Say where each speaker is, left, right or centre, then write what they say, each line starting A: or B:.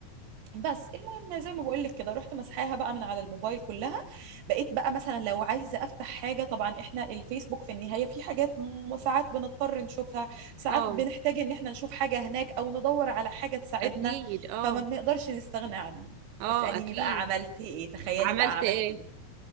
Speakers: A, on the right; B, on the right.
A: بس المهم زي ما بقول لك كده رحت مسحاها بقى من على الموبايل كلها بقيت بقى مثلا لو عايزه افتح حاجه طبعا احنا الفيسبوك في النهايه في حاجات م- ساعات بنضطر نشوفها ساعات
B: اه
A: بنحتاج ان احنا نشوف حاجه هناك او ندور على حاجه تساعدنا
B: اكيد اه
A: فما بنقدرش نستغنى عنه
B: اه
A: اساليني
B: اكيد
A: بقى عملت ايه تخيلي
B: عملت
A: بقى عملت
B: ايه
A: ايه